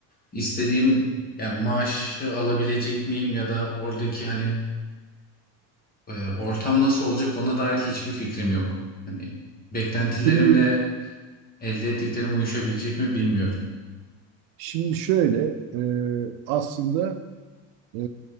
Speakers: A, on the left; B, on the right.
A: istediğim yani maaşı alabilecek miyim ya da oradaki hani e, ortam nasıl olacak ona dair hiçbir fikrim yok. Hani beklentilerimle
B: Şimdi
A: elde ettiklerim uyuşabilecek mi bilmiyorum.
B: şimdi şöyle e, aslında e,